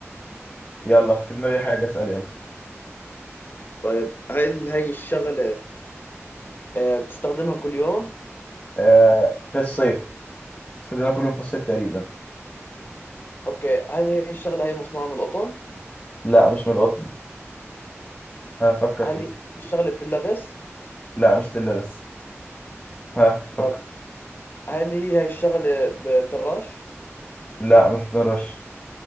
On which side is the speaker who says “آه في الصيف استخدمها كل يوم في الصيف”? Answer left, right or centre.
Left